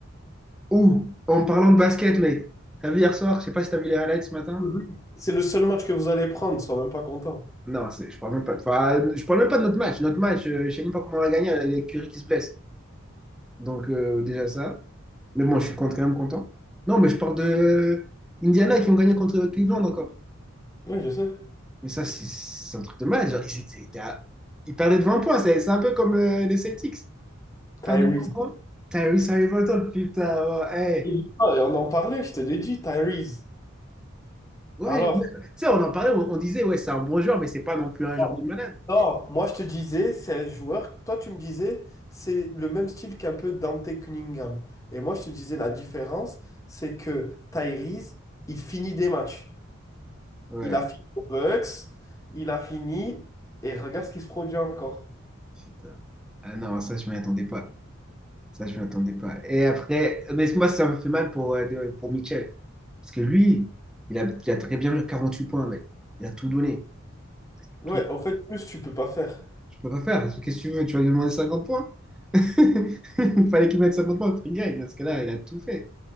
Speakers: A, in the centre; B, on the left.
A: Ouh, en parlant de basket, mec. T'as vu hier soir, je sais pas si t'as vu les highlights ce matin.
B: Mhm. C'est le seul match que vous allez prendre, sois même pas content.
A: Non, c'est- je parle même pas. enfin, je parle même pas de notre match. Notre match, euh, je sais même pas comment on l'a gagné avec Curry qui se blesse. Donc, euh, déjà ça. Mais bon, je suis quand même content. Non, mais je parle de euh, Indiana qui ont gagné contre Cleveland encore.
B: Oui, je sais.
A: Mais ça, c'est c'est un truc de mal. Genre, ils, étaient- ils étaient à- ils perdaient de 20 points. C'est c'est un peu comme euh, les Celtics. Ils
B: Tyrese.
A: perdent de 20 points. Tyrese Halliburton, putain. Ouais,
B: Je te dis
A: hey.
B: pas, On en parlait, je te l'ai dit, Tyrese.
A: Ouais,
B: Alors,
A: je- tu sais, on en parlait, on, on disait, ouais, c'est un bon joueur, mais c'est pas non plus un joueur
B: non,
A: de malade.
B: non, moi je te disais, c'est un joueur. Toi, tu me disais, c'est le même style qu'un peu Dante Cunningham. Et moi, je te disais, la différence, c'est que Tyrese, il finit des matchs.
A: Ouais,
B: Il a fini aux Bucks, il a fini, et regarde ce qui se produit encore.
A: putain. Ah non, ça, je m'y attendais pas. Ça, je ne m'attendais pas. Et après, mais moi, ça me fait mal pour, euh, de- pour Mitchell. Parce que lui, il a, il a très bien joué huit points, mec. Il a tout donné.
B: Ouais,
A: Tout,
B: en fait, plus tu peux pas faire.
A: tu peux pas faire. Qu'est-ce que tu veux? Tu vas lui demander 50 points? <laughs> Il fallait qu'il mette 50 points pour qu'il gagne. Parce que là, il a tout fait.